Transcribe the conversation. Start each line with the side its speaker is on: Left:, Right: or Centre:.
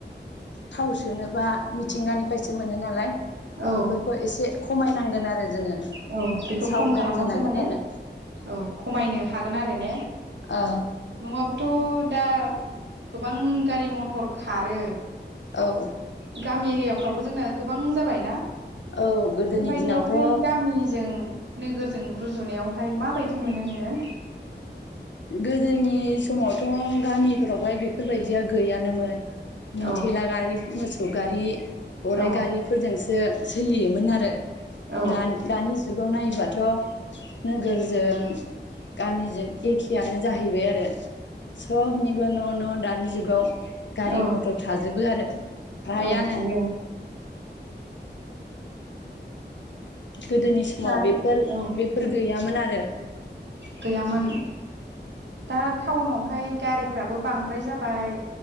Left: थाव सोनोबा मिथिंगानिफ्रायसो मोनो नालाय
Right: औ
Left: बेफोरखौ एसे खमायनांगोन आरो जोङो।
Right: औ बेखौ
Left: साबधान
Right: खम खालामबासो
Left: जानांगोन
Right: माने
Left: आरो
Right: औ खमायनो हागोन आरो। <unintelligible>
Left: औ
Right: नङाबाथ' दा गोबां गारि मथर खारो।
Left: औ।
Right: गामि एरियाफ्रावबो जोंना गोबां जाबायना
Left: औ गोदोनि
Right: बेबायदियावहाय
Left: दिनावथ'
Right: गामिजों नोगोरजों रुजुनायाव हाय माबायदि मोनो नोङो
Left: गोदोनि समावथ' गामिफोरावहाय बेफोरबायदिया गैयानोमोन निथि
Right: औ
Left: लागारि मोस सौगारि गराइ
Right: औ
Left: गारिफोरजोंसो सो सोलियोमोन आरो
Right: औ
Left: दा दानि जुग खौ नायोबाथ' नोगोरजों गामिजों एखेआनो जाहैबाय आरो सबनिबो न' न' दानि जुगाव गारि
Right: औ
Left: मथर थाजोबो आरो फ्रायानो
Right: औ थायो
Left: गोदोनि समाव
Right: गारि
Left: बेफोर
Right: औ
Left: बेफोर गैया मोन आरो
Right: गैयामोन दा टाउनाव ओमफ्राय गारिफ्राबो बांद्राय जाबाय